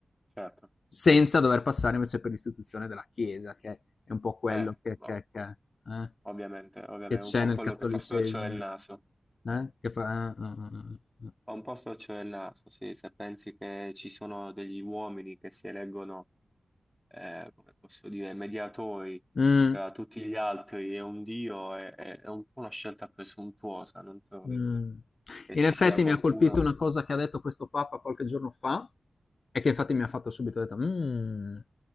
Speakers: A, in the centre; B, on the left.
A: Certo,
B: senza dover passare invece per l'istituzione della Chiesa, che è un po' quello
A: eh,
B: che
A: boh,
B: che che eh,
A: ovviamente, ovviamente,
B: che
A: è
B: c'è
A: un po'
B: nel
A: quello
B: cattolicesimo.
A: che fa storcere il naso.
B: Eh? Che fa eh, eh, eh, eh, eh.
A: Ho un po' storcere il naso, sì, se pensi che ci sono degli uomini che si eleggono, eh, come posso dire, mediatori
B: Mh.
A: tra tutti gli altri e un dio, è, è- è un po' una scelta presuntuosa, non trovi?
B: Mh.
A: Che
B: In
A: ci
B: effetti
A: sia qualcuno?
B: mi ha colpito una cosa che ha detto questo papa qualche giorno fa, e che infatti mi ha fatto subito ho detto: "Mhmm,